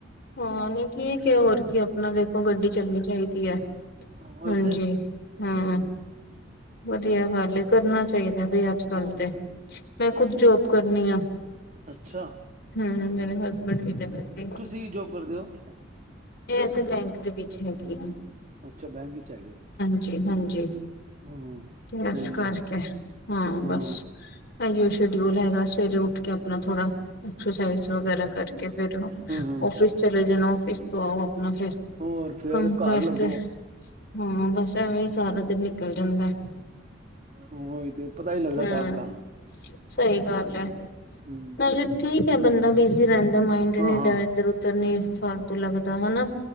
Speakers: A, on the left (about 55°); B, on the right (about 40°).
A: ਹਾਂ, ਨਹੀਂ ਠੀਕ ਹੈ, ਹੋਰ ਕੀ ਆਪਣਾ ਦੇਖੋ ਗੱਡੀ ਚੱਲਣੀ ਚਾਹੀਦੀ ਹੈ,
B: ਉਹੀ
A: ਹਾਂਜੀ।
B: ਤੇ
A: ਹਮ, ਵਧੀਆ ਗੱਲ ਹੈ, ਕਰਨਾ ਚਾਹੀਦਾ ਬਈ ਅੱਜਕੱਲ
B: ਹੋਰ
A: ਤੇ। ਮੈਂ ਖੁਦ ਜੋਬ ਕਰਨੀ ਆ,
B: ਅੱਛਾ
A: ਹੂੰ ਮੇਰੇ ਹਸਬੈਂਡ ਵੀ ਤੇ ਮੈਂ ਵੀ।
B: ਤੁਸੀਂ, ਕੀ ਜੋਬ ਕਰਦੇ ਹੋ?
A: ਮੈਂ ਤੇ, ਬੈਂਕ ਦੇ ਵਿੱਚ ਹੈਗੀ ਆ।
B: ਅੱਛਾ, ਬੈਂਕ ਵਿੱਚ ਹੈਗੇ ਹੋ।
A: ਜੀ ਹਾਂਜੀ,
B: ਹੂੰ
A: ਤੇ
B: ਸਹੀ
A: ਇਸ ਕਰਕੇ
B: ਹੈ
A: ਹਾਂ,
B: ਹੂੰ
A: ਬਸ। ਆਹੀ, ਸ਼ਡਿਊਲ ਹੈਗਾ, ਸਵੇਰੇ ਉੱਠ ਕੇ ਆਪਣਾ ਥੋੜਾ। ਐਕਸਰਸਾਈਜ਼, ਵਗੈਰਾ ਕਰਕੇ ਫੇਰ
B: ਹੂੰ
A: ਔਫਿਸ ਚਲੇ ਜਾਣਾ ਔਫਿਸ ਤੋਂ ਆਓ ਆਪਣਾ ਫੇਰ।
B: ਹੋਰ ਫੇਰ
A: ਕੰਮ ਕਾਜ
B: ਘਰ ਲੱਗੋ
A: ਤੇ ਹਾਂ, ਬਸ ਐਵੇਂ ਹੀ ਸਾਰਾ ਦਿਨ ਨਿਕਲ ਜਾਂਦਾ ਹੈ।
B: ਹਾਂ, ਉਹੀ ਤੇ ਪਤਾ ਨਹੀਂ ਲੱਗਦਾ
A: ਹਮ
B: ਟਾਈਮ ਦਾ।
A: ਸਹੀ ਗੱਲ ਹੈ।
B: ਹੂੰ।
A: ਨਾਲੇ ਠੀਕ ਹੈ, ਬੰਦਾ ਬਿਜੀ ਰਹਿੰਦਾ, ਮਾਇੰਡ ਨੀ
B: ਹਾਂ ਹਾਂ
A: ਇਧਰ- ਉਧਰ ਨੀ ਫਾਲਤੂ ਲੱਗਦਾ, ਹਨਾ।